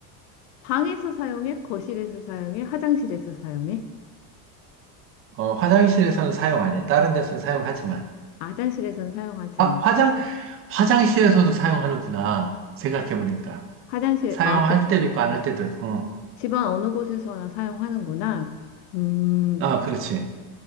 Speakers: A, on the left; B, on the right.
A: 방에서 사용해? 거실에서 사용해? 화장실에서 사용해?
B: 어, 화장실에서는 사용 안 해. 다른 데서는 사용하지만.
A: 아, 화장실에서는 사용하지
B: 아,
A: 않고,
B: 화장, 화장실에서도 사용하는구나. 생각해보니까.
A: 화장실,
B: 사용할
A: 아, 그,
B: 때도 있고 안 할 때도 있고. 어.
A: 집안 어느 곳에서나 사용하는구나. 음,
B: 아, 그렇지.